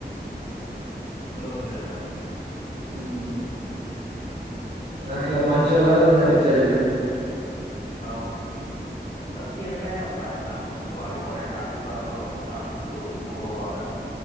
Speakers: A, on the left (about 80°); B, on the right (about 85°).
A: ఇందులో వద్దులే దం
B: మ్ అట్లా
A: ఇంకేం
B: మంచిోలనే
A: సంగతులు
B: ఉండ నిత్తలేరు
A: అవును ఉంటది తి ఎక్కడైనా ప్రశ్న గొంతు ఎవరైనా అడుగుతారో అడి గొంతు ముగబోవాలే అం